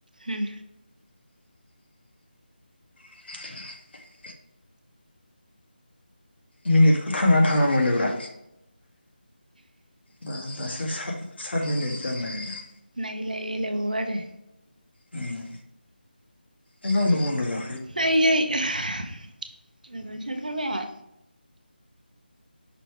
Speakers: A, on the right; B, on the left.
A: उम
B: <inaudible> मिनिटखौ थाङा थाङा मोनोब्रा दा दासो सात साट मिनिट जानो नागिरदों।
A: नायलाय लायबावो आरो।
B: उम। ओ गावनो बन्द' जा
A: आयै आह उन्दुनोसो ओंखारबाय आंहा।